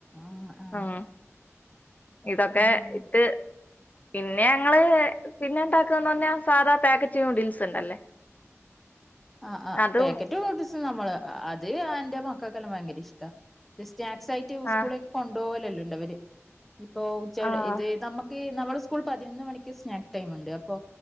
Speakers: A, in the centre; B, on the left.
A: ആഹ് ആഹ്
B: ഉം ഇതൊക്കെ
A: ആഹ്
B: ഇട്ട് പിന്നെ ഞങ്ങള് പിന്നെ ഇണ്ടാക്കാ ന്ന പറഞ്ഞാ സാധാ പാക്കറ്റ് നൂഡിൽസ് ഉണ്ടല്ലേ <inaudible>
A: ആഹ് ആഹ്
B: അതും
A: പാക്കറ്റ് നൂഡിൽസ് അത് നമ്മള് അത് ആന്റെ മക്കൾക്കെല്ലാം ഭയങ്കര ഇഷ്ട സ്നാക്സ് ആയിട്ട് സ്കൂള
B: ആഹ്
A: കൊണ്ടുപോകലല്ലോണ്ട് അവര് ഇപ്പോ ഉച്ച
B: ആഹ്
A: ഇത് നമ്മുക്ക് നമ്മൾ സ്കൂ സ്കൂൾ പതിനൊന്ന് മണിക്ക് സ്നാക്ക് ടൈം ഉണ്ട് അപ്പോ